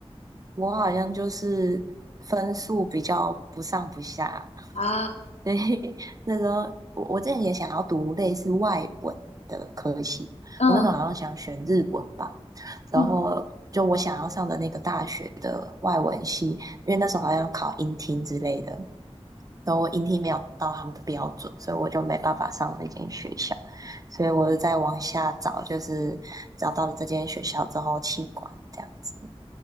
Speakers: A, on the right; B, on the left.
A: 我好像就是分数比较不上不下，
B: 啊，
A: <laughs> 所以那时候我我之前也想要读类似外文的科系，
B: 嗯
A: 我那时候好像想选日文吧，然后就我想要上的那个大学的外文系，
B: 嗯，
A: 因为那时候好像要考英听之类的，然后我英听没有到他们的标准，所以我就没办法上那间学校，所以我就在往下找，就是找到了这间学校之后弃管这样子，